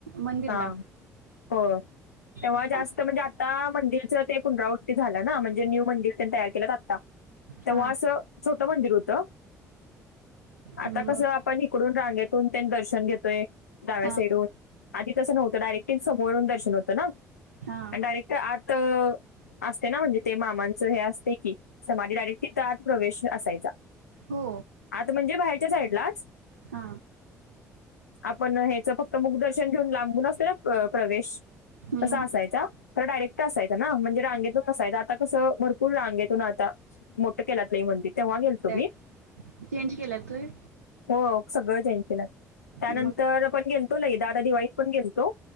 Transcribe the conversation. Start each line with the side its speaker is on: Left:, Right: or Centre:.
Right: मंदिरला.
Left: हा होय तेव्हा
Right: सांगते.
Left: जास्त म्हणजे आत आता मंदिरच ते पुनरावृत्ती झालं ना म्हणजे न्यू मंदिर त्यांनी तयार केलं आता तेव्हा
Right: हा
Left: असं छोटं मंदिर होतं. आता
Right: मग
Left: कसं आपण इकडून रांगेतून त्यां दर्शन घेतोय डाव्या
Right: हा
Left: साईडून आधी तस नव्हतं डायरेक्टली समोरून दर्शन होतं ना आणि
Right: हा
Left: डायरेक्ट त्या आत असते ना म्हणजे ते मामांचं हे असते की समाधी डायरेक्ट तिथ आत प्रवेश असायचा.
Right: हो.
Left: म्हणजे बाहेरच्या साईडलाच.
Right: हा
Left: आपण ह्याच फक्त मुख दर्शन घेऊन लांबून असते ना अ प्रवेश
Right: हम्म.
Left: तसा असायचा. तर डायरेक्ट असायंचा ना म्हणजे रांगेतच असायच ना आता कसं भरपूर रांगेतून आता मोठं केलात नाही मंदिर तेव्हा गेलतो
Right: त्यात
Left: मी.
Right: चेंज केलात होय.
Left: हो सगळं चेंज केलय त्यानंतर
Right: मग
Left: पण गेलतो लई दादा दिवाळीत पण गेलतो.